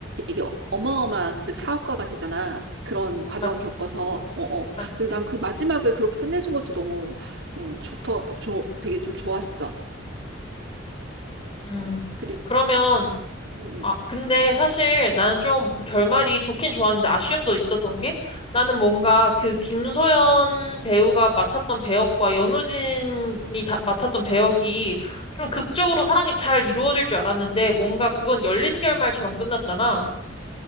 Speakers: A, on the right; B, on the left.
A: 되게 어- 어마어마한 그 사업가가 되잖아. 그런 과정을
B: 맞지,
A: 겪어서 어어.
B: 맞지.
A: 근데 난 그 마지막을 그렇게 끝내준 것도 너무 어, 좋더 좋 되게 좀 좋았어.
B: 음.
A: 그리고
B: 그러면
A: 음,
B: 아, 근데 사실 나는 좀 그 결말이 좋긴 좋았는데 아쉬움도 있었던 게 나는 뭔가 그 김소연 배우가 맡았던 배역과 연우진이 다- 맡았던 배역이 좀 극적으로 사랑이 잘 이루어질 줄 알았는데 뭔가 그건 열린 결말처럼 끝났잖아.